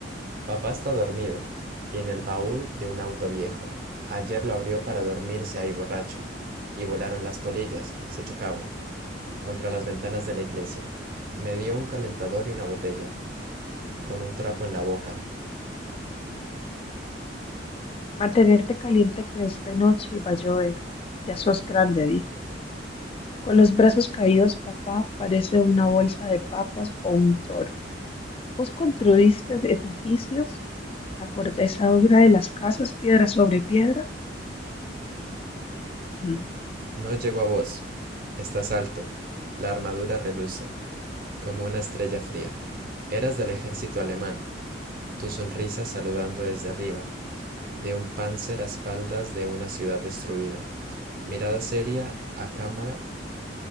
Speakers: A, on the right; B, on the left.
A: Papá está dormido y en el baúl de un auto viejo. Ayer lo abrió para dormirse ahí borracho. Y volaron las polillas, se chocaban, contra las ventanas de la iglesia. Me dio un calentador y una botella, con un trapo en la boca.
B: Mantenerte caliente que es de noche y va a llover. Ya sos grande, dijo. Con los brazos caídos, papá parece una bolsa de papas o un toro. Vos construiste edificios, la corteza dura de las casas, piedra sobre piedra. Mm.
A: No llegó a vos. Estás alto. La armadura reluce, como una estrella fría. Eras del ejército alemán, tu sonrisa saludando desde arriba, de un panzer a espaldas de una ciudad destruida. Mirada seria, a cámara,